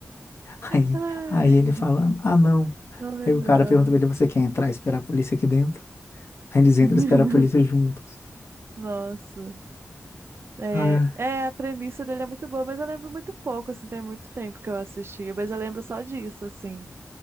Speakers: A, on the left; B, on the right.
A: <laughs> Aí,
B: Ai,
A: aí ele fala, ah, não.
B: não lembrava.
A: Aí o cara pergunta pra ele, você quer entrar e esperar a polícia aqui dentro? Aí eles entram
B: <laughs>
A: e esperam a polícia juntos.
B: Nossa. É,
A: Ah,
B: é, a premissa dele é muito boa, mas eu lembro muito pouco, assim, tem muito tempo que eu assisti, mas eu lembro só disso, assim,